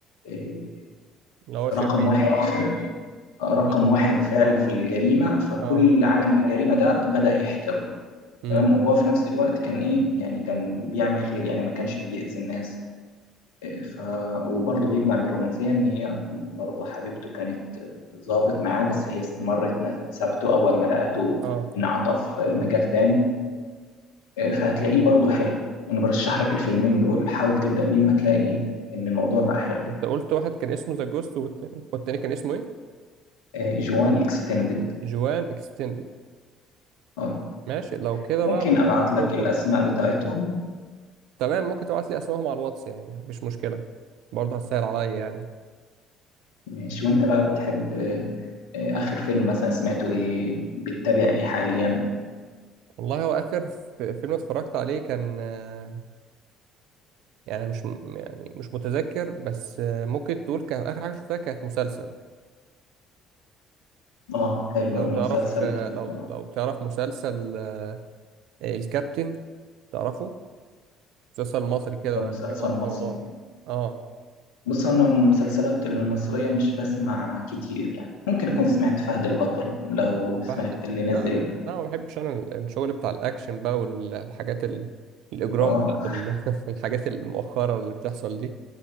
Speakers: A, on the left (about 70°); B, on the right (about 65°).
A: آه،
B: اللي هو شرير
A: رقم واحد رقم
B: ولا
A: واحد فعل في الجريمة فكل
B: اه
A: عالم الجريمة ده بدأ يحترمه
B: امم
A: تمام وهو في نفس الوقت كان إيه يعني كان بيعمل خير يعني ما كانش بيأذي الناس إيه، ف وبرضه بيجمع بالرومانسية إن هي برضه حبيبته كانت ظابط معاه بس هي استمرت ما سابته أول ما لقته
B: اه
A: انعطف مجال تاني إيه، فهتلاقيه برضه حلو أنا برشح لك الفيلمين دول حاول تبدأ بيهم هتلاقي إن الموضوع بقى
B: انت
A: حلو يعني
B: انت قلت واحد كان اسمه ذا جوست والتاني والتاني كان اسمه ايه
A: إيه، جوان اكستندد
B: جوان اكستندد
A: اه
B: ماشي لو كده
A: ممكن
B: بقى ممكن
A: ابعت
B: اشوفهم
A: لك الاسماء
B: يعني
A: بتاعتهم
B: تمام ممكن تبعت لي اسمائهم على الواتس يعني مفيش مشكلة برضه هتسهل عليا يعني
A: ماشي وانت بقى بتحب آه، آه، اخر فيلم مثلا سمعته ايه بتتابع ايه حاليا
B: والله هو اخر ف- فيلم اتفرجت عليه كان آه، يعني مش م- يعني مش متذكر بس آه، ممكن تقول كان اخر حاجة شفتها كانت مسلسل
A: اه حلو
B: لو
A: المسلسل
B: تعرف آه،
A: بت...
B: لو
A: آه،
B: لو تعرف مسلسل الكابتن تعرفه مسلسل مصري كده
A: ده مسلسل
B: كان وقت
A: مصري
B: رمضان اه
A: بص انا المسلسلات المصرية مش بسمع كتير يعني ممكن اكون سمعت فهد البطل لو سمعت
B: فهد
A: اللي نزل
B: لا لا ما بحبش انا ال- الشغل بتاع الاكشن بقى والحاجات ال... الاجرام
A: اه
B: بتاعت ال... <laughs> الحاجات المؤخره اللي بتحصل دي